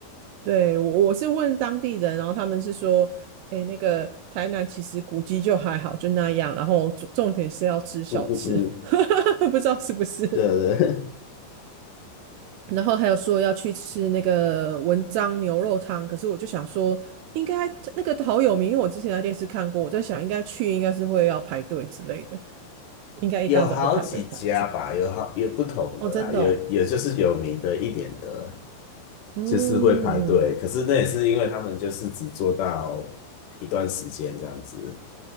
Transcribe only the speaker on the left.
嗯嗯嗯，
对对，
<laughs> 有好几家吧，有好有不同的啦，
有有就是有名的一点的，
就是会排队，可是那也是因为他们就是只做到一段时间这样子，